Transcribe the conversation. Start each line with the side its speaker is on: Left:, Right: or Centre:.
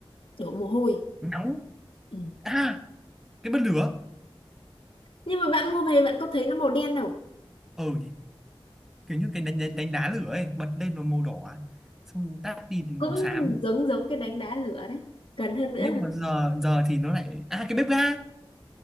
Left: đổ mồ hôi
Centre: nóng
Left: Ừ.
Centre: à cái bật lửa
Left: nhưng mà bạn mua về bạn có thấy nó màu đen đâu
Centre: ừ nhỉ kiểu như cái đánh, đánh, đánh đá lửa ấy bật lên nó màu đỏ xong tắt đi thì màu
Left: cũng
Centre: xám
Left: giống giống cái đánh đá lửa đấy gần hơn nữa
Centre: nhưng
Left: là-
Centre: mà giờ giờ thì nó lại à cái bếp ga